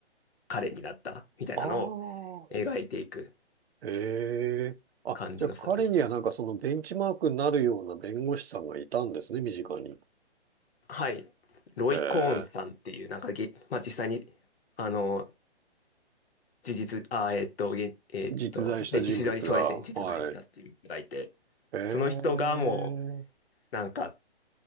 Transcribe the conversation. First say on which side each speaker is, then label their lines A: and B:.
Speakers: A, on the left; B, on the right.
A: 彼になったみたいなのを
B: ああ、
A: 描いていく
B: ええ。あ、
A: 感じの作品で。
B: じゃあ彼にはなんかそのベンチマークになるような弁護士さんがいたんですね、身近に。
A: はい。ロイ・
B: え
A: コーンさんっていう、
B: え、
A: なんかげ、まあ、実際に、あの、事実、あー、えっと、げんえっと、
B: 実在した人物が。
A: 歴史上にそうですね、実在した人物がいて、
B: はい。ええ、
A: その人がもう、なんか、